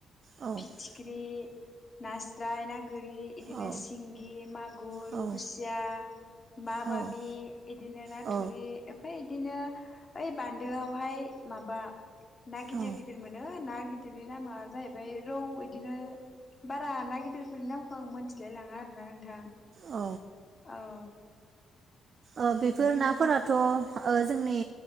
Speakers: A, on the right (about 55°); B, on the left (about 35°).
A: औ
B: फिथिख्रि नास्राय ना गोरि इदिनो
A: औ
B: सिंगि मागुर
A: औ
B: खुसिया मा
A: औ
B: बामि इदिनो न
A: औ
B: थुरि ओमफ्राय इदिनो ओइ बान दोआवहाय माबा ना गिदिर
A: औ
B: गिदिर मोनो ना गिदि रनि नामा जाहैबाय रौ बिदिनो बारा ना गिदिरफोरनि नामखौ आं मोनथिलाय लाङा आरो ना नोंथां।
A: औ
B: औ।
A: ओ बेफोर
B: इदि
A: नाफोराथ'
B: माने
A: ओ जोंनि